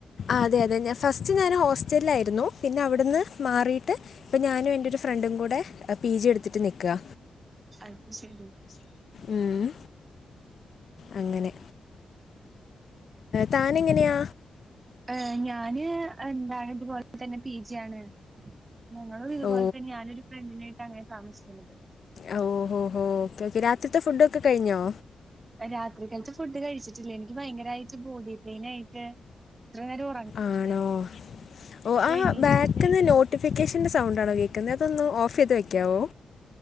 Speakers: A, on the left (about 60°); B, on the right (about 30°).
A: അതെ അതെ ഞാൻ ഫസ്റ്റ് ഞാൻ ഹോസ്റ്റലിലായിരുന്നു പിന്നെ അവിടുന്ന് മാറിട്ട് ഇപ്പം ഞാനും എൻ്റെ ഒരു ഫ്രണ്ടും കൂടെ ആ പി ജി എടുത്തിട്ട് നിക്കാ
B: അത്ശരി
A: ഉം അങ്ങനെ താനെങ്ങനെയാ
B: ആ ഞാന് എന്താണ് ഇതുപോലെ തന്നെ പി ജി ആണ് ഞങ്ങളും ഇതുപോൽതന്നെ
A: ഓ
B: ഞാനൊരു ഫ്രണ്ടിനായിട്ടാണ് അങ്ങനെ താമസിക്കുന്നത്
A: അ ഹോ ഹോ ഓ ഓക്കേ ഓക്കെ രാത്രിത്തെ ഫുഡെഒക്കെ കഴിഞ്ഞോ
B: രാത്രികൽത്തെ ഫുഡ് കഴിച്ചിട്ടില്ലേ എനിക്ക് ഭയങ്കരായിട്ട് ബോഡി പെയിനായിട്ട് ഇത്ര നേരോം
A: ആണോ ഓ ആ
B: എണീറ്റിട്ട്
A: ബാക്കിന്ന്
B: ഇരിക്കാ.
A: നോട്ടിഫൈ- ഫിക്കേഷൻ്റെ സൗണ്ട് ആണോ കേക്കുന്നെ അതൊന്ന് ഓഫയ്ത് വെക്കാവോ